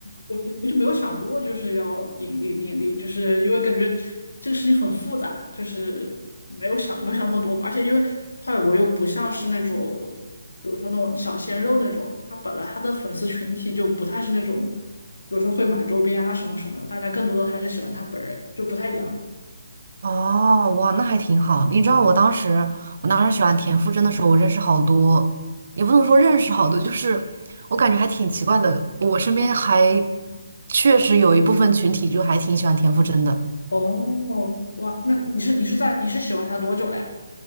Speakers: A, on the left; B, on the right.
A: 我我我就没有想过就是要盈利盈利，就是因为感觉这个事情很复杂，就是没有想没有想那么多吧，而且因为派尔博又不像是那种，比如说那种小鲜肉那种，他本来他的粉丝群体就不太是那种，比如说会买周边啊什么什么的，大家更多的还是喜欢他本人，就不太一样。
B: 哦，哇，那还挺好。你知道我当时，我当时喜欢田馥甄的时候，我认识好多，也不能说认识好多，就是我感觉还挺奇怪的。我身边还确实有一部分群体就还挺喜欢田馥甄的。
A: 哦，哇，那你是你是在你是喜欢他多久了呀？